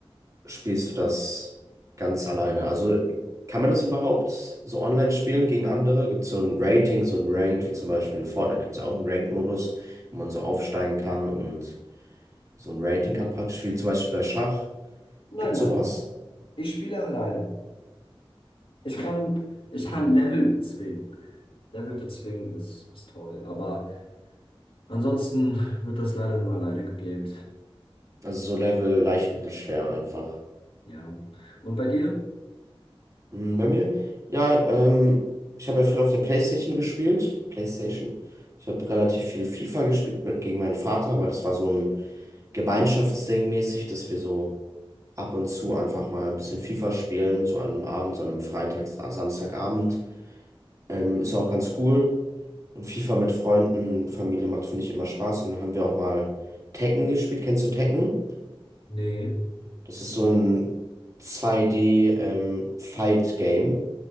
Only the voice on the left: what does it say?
Nein,
nein,
ich spiele alleine. Ich kann, ich kann Level bezwingen. Level bezwingen ist, ist toll, aber ansonsten wird das leider nur alleine gegamed.
Ja. Und bei dir?
Nee.